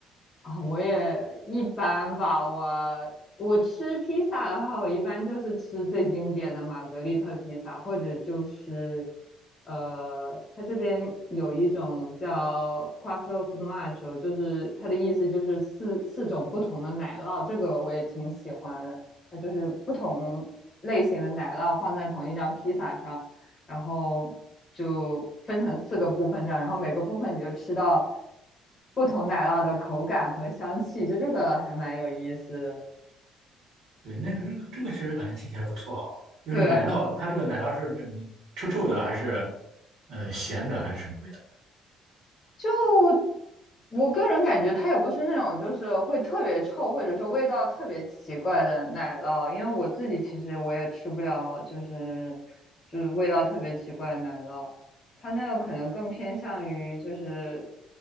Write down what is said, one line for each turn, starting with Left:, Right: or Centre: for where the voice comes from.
Left: 啊，我也一般吧。我我吃披萨的话，我一般就是吃最经典的玛格丽特披萨，或者就是，呃，它这边有一种叫 Quattro Formaggio，就是它的意思就是四四种不同的奶酪，这个我也挺喜欢的。它就是不同类型的奶酪放在同一张披萨上，然后就分成四个部分这样，然后每个部分你就吃到不同奶酪的口感和香气，就这个还蛮有意思的。
Right: 对，那这个这个确实感觉听起来不错啊。就是奶酪，
Left: 对，
Right: 它这个奶酪是那种臭臭的，还是呃咸的，还是什么味道？
Left: 就我个人感觉，它也不是那种就是会特别臭，或者说味道特别奇怪的奶酪，因为我自己其实我也吃不了，就是就是味道特别奇怪的奶酪，它那个可能更偏向于就是